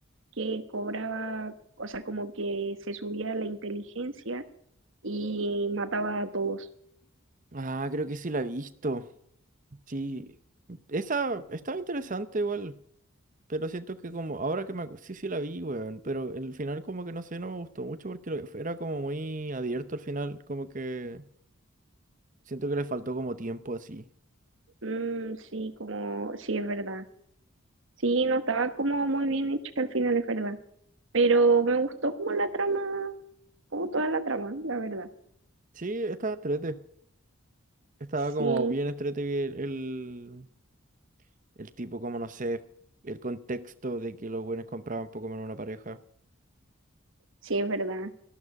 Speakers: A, on the right (about 65°); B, on the right (about 40°).
A: que cobraba, o sea, como que se subía la inteligencia y mataba a todos.
B: Ah, creo que sí la he visto. Sí, esa estaba interesante igual, pero siento que como ahora que me acu- sí sí la vi, weón, pero el final como que no sé, no me gustó mucho porque lo- era como muy abierto al final, como que siento que le faltó como tiempo así.
A: Mm, sí, como, sí, es verdad. Sí, no estaba como muy bien hecho al final, es verdad. Pero me gustó como la trama, como toda la trama, la verdad.
B: Sí, estaba entrete, estaba
A: Sí,
B: como bien entrete el, el, el tipo, como no sé, el contexto de que los buenos compraban Pokémon en una pareja.
A: sí, es verdad.